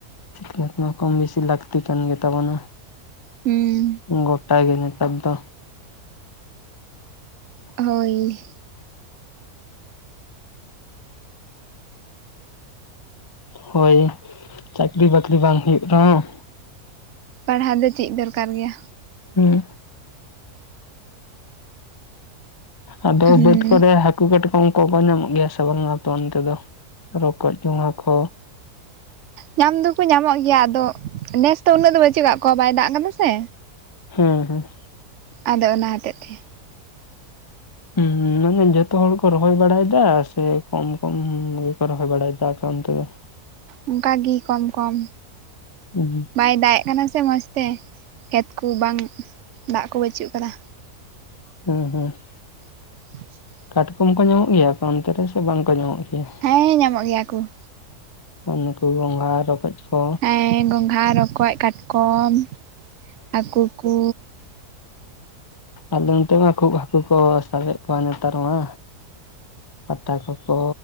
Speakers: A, on the left (about 20°); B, on the right (about 65°).
A: ᱡᱮᱛᱱᱟ ᱠᱚᱢ ᱵᱮᱥᱤ ᱞᱟᱹᱠᱛᱤ ᱠᱟᱱ ᱜᱮ ᱛᱟᱵᱚᱱᱟ᱾
B: ᱦᱩᱸ᱾
A: ᱜᱚᱴᱟ ᱜᱮ ᱱᱮᱛᱟᱨ ᱫᱚ᱾
B: ᱦᱳᱭ᱾
A: ᱦᱳᱭ ᱪᱟᱹᱠᱨᱤ ᱵᱟᱠᱨᱤ ᱵᱟᱝ ᱦᱩᱭᱩᱜ ᱨᱮᱦᱚᱸ
B: ᱯᱟᱲᱦᱟᱣ ᱫᱚ ᱪᱮᱫ ᱫᱚᱨᱠᱟᱨ ᱜᱮᱭᱟ᱾
A: ᱦᱩᱸ ᱾ ᱟᱫᱚ
B: ᱦᱩᱸ
A: ᱵᱟᱹᱫ ᱠᱚᱨᱮ ᱦᱟᱹᱠ ᱦᱟᱹᱠᱩ ᱠᱟᱹᱴᱠᱚᱢ ᱠᱚᱠᱚ ᱧᱟᱢᱚᱜ ᱜᱮᱭᱟ ᱥᱮ ᱵᱟᱝᱟ ᱟᱯᱮ ᱚᱱᱛᱮ ᱫᱚ ᱨᱚᱠᱚᱡ ᱜᱚᱸᱜᱷᱟ ᱠᱚ!
B: ᱧᱟᱢ ᱫᱚᱠᱚ ᱧᱟᱢᱚᱜ ᱜᱮᱭᱟ ᱟᱫᱚ ᱱᱮᱥ ᱫᱚ ᱩᱱᱟᱹᱜ ᱫᱚ ᱵᱟᱹᱪᱩᱜ ᱟᱠᱟᱫ ᱠᱚᱣᱟ ᱵᱟᱭ ᱫᱟᱜ ᱟᱠᱟᱫᱟ ᱥᱮ᱾
A: ᱦᱩᱸ ᱦᱩᱸ ᱾
B: ᱟᱫᱚ ᱚᱱᱟ ᱦᱚᱛᱮᱜ ᱛᱮ ᱾
A: ᱦᱩᱸ ᱢᱮᱱ ᱫᱤᱧ ᱡᱚᱛᱚ ᱦᱚᱲ ᱠᱚ ᱨᱚᱦᱚᱭ ᱵᱟᱲᱟᱭ ᱫᱟ ᱥᱮ ᱠᱚᱢ ᱠᱚᱢ ᱠᱚ ᱨᱚᱦᱚᱸᱭ ᱵᱟᱲᱟᱭ ᱫᱟ ᱟᱯᱮ ᱚᱱᱛᱮ ᱫᱚ?
B: ᱚᱱᱠᱟᱜᱤ ᱠᱚᱢ ᱠᱚᱢ ᱾
A: <unintelligible>
B: ᱵᱟᱭ ᱫᱟᱜ ᱮ ᱠᱟᱱᱟ ᱥᱮ ᱢᱚᱡᱽ ᱛᱮ ᱠᱷᱮᱛ ᱠᱚ ᱵᱟᱝ ᱫᱟᱜ ᱠᱚ ᱵᱟᱹᱪᱩᱜ ᱟᱠᱟᱫᱟ᱾
A: ᱦᱩᱸ ᱦᱩᱸ ᱾
B: <unintelligible>
A: ᱠᱟᱴᱠᱚᱢ ᱠᱚ ᱧᱟᱢᱚᱜ ᱜᱮᱭᱟ ᱟᱯᱮ ᱚᱱᱛᱮ ᱨᱮ ᱥᱮ ᱵᱟᱝ ᱠᱚ ᱧᱟᱢᱚᱜ ᱜᱮᱭᱟ?
B: ᱦᱮᱸ ᱧᱟᱢᱚᱜ ᱜᱮᱭᱟ ᱠᱚ ᱾
A: ᱩᱱᱠᱩ ᱜᱚᱸᱜᱷᱟ ᱨᱚᱠᱚᱡ ᱠᱚ᱾
B: ᱦᱮᱸ ᱜᱚᱝᱜᱷᱟ ᱨᱚᱠᱚᱡ ᱠᱟᱴᱠᱚᱢ ᱦᱟᱹᱠᱩ ᱠᱚ
A: ᱟᱫᱚ ᱱᱚᱛᱮ ᱢᱟ ᱠᱷᱩᱵ ᱦᱟᱹᱠᱩ ᱠᱚ ᱥᱟᱵᱮᱫ ᱠᱚᱣᱟ ᱱᱮᱛᱟᱨ ᱢᱟ᱾ ᱯᱟᱴᱟ ᱠᱚᱠᱚ